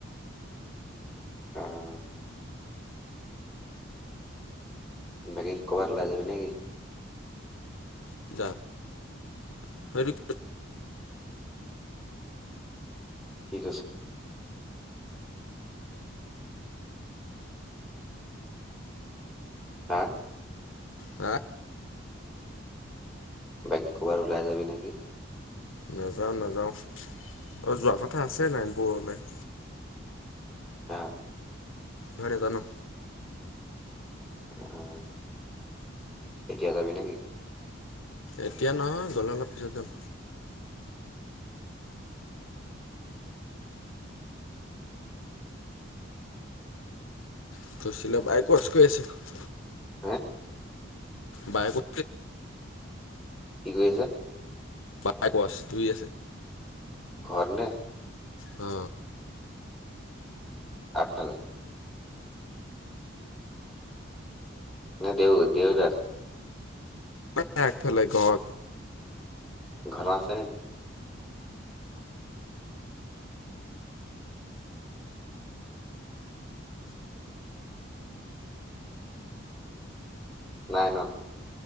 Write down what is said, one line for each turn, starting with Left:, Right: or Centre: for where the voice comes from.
Centre: অ'। বাকি ক'বাত ওলাই যাবি নেকি?
Left: <unintelligible>
Centre: <unintelligible> হা?
Left: হা?
Centre: বাকী ক'ৰবাত ওলাই যাবি নেকি?
Left: নাযাওঁ নাযাওঁ অ', যোৱা কথা আছে নাৰায়নপুৰলৈ।
Centre: হা।
Left: <unintelligible> নেজানো।
Centre: অ', এতিয়া যাবি না কি?
Left: এতিয়া নহয় গ'লে অলপ পিছত যাম। <unintelligible>
Centre: হেঁ?
Left: বাইকত
Centre: কি কৈ আছে?
Left: <unintelligible> শুই আছে।
Centre: ঘৰত‌ নে?
Left: অ্ঁ
Centre: আগফালে? নে দেউ দেউ-তাত?
Left: এঁ আগফালে ঘৰত।
Centre: ঘৰ আছে নি? নাই ন?